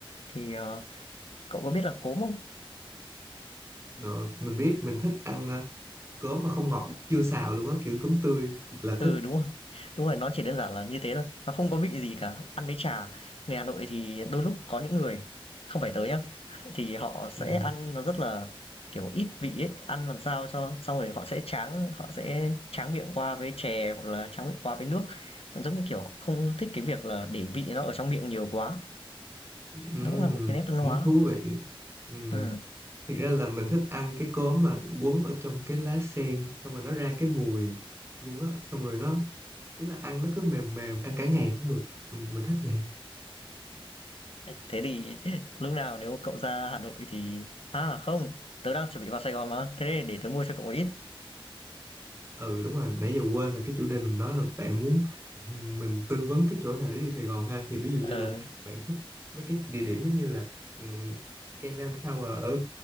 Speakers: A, on the left (about 80°); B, on the right (about 25°).
A: Thì, ờ, cậu có biết là cốm không?
B: Ờ, mình biết mình thích ăn ờ, cốm mà không ngọt chưa xào luôn á kiểu cốm tươi là
A: Ừ,
B: thích
A: đúng rồi, đúng rồi, nó chỉ đơn giản là như thế thôi, nó không có vị gì cả, ăn với trà. Người Hà Nội thì đôi lúc có những người không phải tới nhá, thì họ sẽ
B: ừ.
A: ăn nó rất là, kiểu, ít vị ấy, ăn làm sao cho xong rồi họ sẽ tráng họ sẽ tráng miệng qua với chè hoặc là tráng miệng qua với nước. Giống như, kiểu, họ không thích cái việc là để vị nó ở trong miệng nhiều quá.
B: Ừ,
A: Nó cũng là một cái nét văn
B: cũng
A: hóa.
B: thú vị ừ.
A: Ừm,
B: Thiệt ra là mình thích ăn cái cốm mà quấn ở trong cái lá sen xong rồi nó ra cái mùi luôn á xong rồi nó ý là ăn nó cứ mềm mềm ăn cả ngày cũng được mình mình thích vậy
A: thế thì lúc nào nếu cậu ra Hà Nội thì à, không, tớ đang chuẩn bị vào Sài Gòn mà, thế nên để tớ mua cho cậu một ít.
B: ừ đúng rồi nãy giờ quên là cái chủ đề mình nói là bạn muốn ừ, mình tư vấn cái chỗ nào để đi Sài Gòn ha thì ví dụ
A: Ờ,
B: như là bạn thích mấy cái địa điểm giống như là uh, Gangnam Tower ở